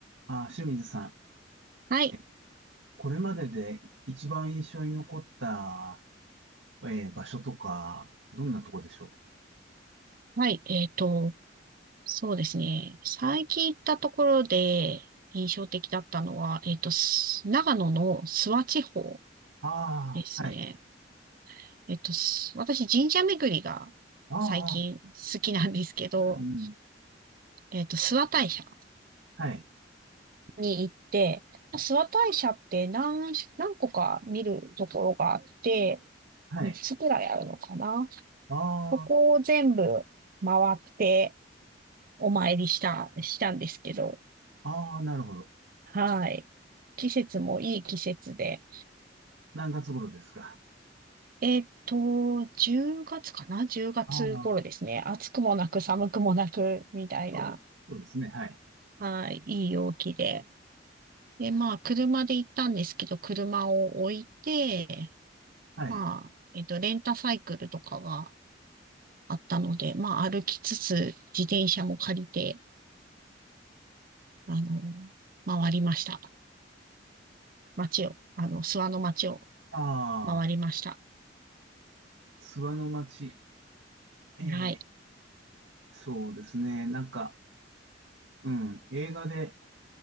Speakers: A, on the right; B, on the right.
A: あ、清水さ
B: はい。
A: ん、え、これまでで一番印象に残った、えー場所とか、どんなとこでしょう
B: はい。えっと、そうですね。最近行ったところで印象的だったのは、えっと、す長野の諏訪地方
A: ああー、
B: ですね。
A: はい。
B: えっと、す私、神社巡りが最近好きなんですけど、
A: ああ、うんうん。
B: えっと、諏訪大社
A: はい、
B: に行って、諏訪大社って何し、何個か見るところがあって、
A: はい。
B: 3つくらいあるのかな。
A: ああ、
B: そこを全部回ってお参りした、したんですけど、
A: ああ、なるほど。
B: はい。季節もいい季節で。
A: 何月頃ですか
B: えっと、10月かな ?10 月頃ですね。
A: ああ、
B: 暑くもなく寒くもなく、みたいな、
A: そう、そうですね。はい、
B: はい、いい陽気で。で、まあ、車で行ったんですけど、車を置いて、
A: はい。
B: まあ、えっと、レンタサイクルとかがあったので、まあ、歩きつつ、自転車も借りて、あの、回りました。街を、あの、諏訪の街を
A: ああ、
B: 回りました。
A: 諏訪の町。ええ、
B: はい。
A: そうですね。なんか、うん、映画で、